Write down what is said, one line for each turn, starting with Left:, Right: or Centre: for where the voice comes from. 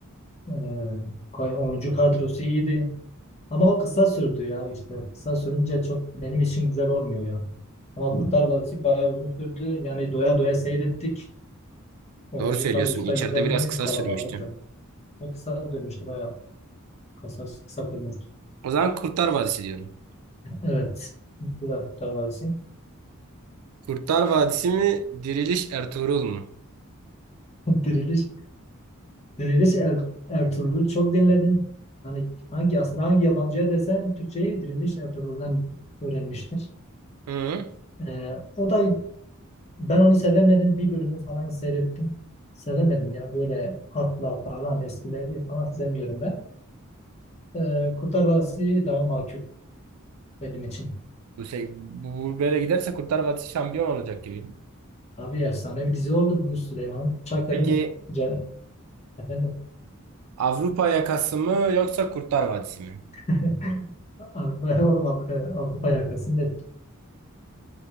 Left: e, koy- oyuncu kadrosu iyiydi. Ama o kısa sürdü ya işte. Kısa sürünce çok benim için güzel olmuyor ya. Ama Kurtlar Vadisi bayağı uzun sürdü. Yani doya doya seyrettik. Oyuncu
Right: Doğru söylüyorsun.
Left: kadrosu
Right: İçeride
Left: da güzeldi.
Right: biraz kısa
Left: Kalabalıktı.
Right: sürmüştü.
Left: O kısa sürmüştü bayağı. Kısa, kısa sürmüştü.
Right: O zaman Kurtlar Vadisi diyorum.
Left: Evet. Bu da Kurtlar Vadisi.
Right: Kurtlar Vadisi mi? Diriliş Ertuğrul mu?
Left: <laughs> Diriliş. Diriliş Er- Ertuğrul'u çok dinledim. Hani hangi aslında hangi yabancıya desen Türkçeyi Diriliş Ertuğrul'dan öğrenmiştir.
Right: Hı.
Left: Ee, o da ben onu sevemedim. Bir bölümü falan seyrettim. Sevemedim ya böyle hatla falan eskileri falan sevmiyorum ben. Ee, Kurtlar Vadisi daha makul benim için.
Right: Bu şey bu, bu böyle giderse Kurtlar Vadisi şampiyon olacak gibi.
Left: Tabii efsane bir dizi oldu bu Süleyman Çakır'ın
Right: Peki
Left: ce- efendim
Right: Avrupa yakası mı yoksa Kurtlar Vadisi mi?
Left: <laughs> Avrupa oğlum Avrupa, Avrupa yakası nedir?